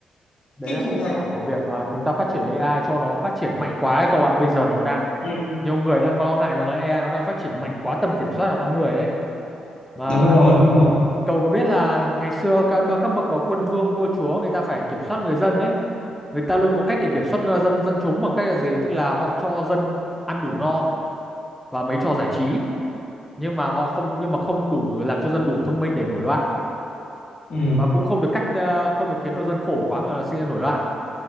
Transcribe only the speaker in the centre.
đấy
là hậu
quả của việc mà chúng ta phát triển AI cho nó phát triển mạnh quá ấy cậu ạ bây giờ nó đang
nhiều người đang lo ngại rằng là AI nó đang phát triển mạnh quá tầm kiểm soát là con người đấy mà
Cậu có biết là ngày xưa các các bậc có quân vương vua chúa người ta phải kiểm soát người dân ấy, người ta luôn có cách để kiểm soát người dân dân chúng bằng cách là gì? Tức là họ cho dân ăn đủ no và mấy trò giải trí, nhưng mà họ không nhưng mà không đủ làm cho dân đủ thông minh để nổi loạn
và cũng không được cắt ờ, không được khiến cho dân khổ quá mà sinh ra nổi loạn.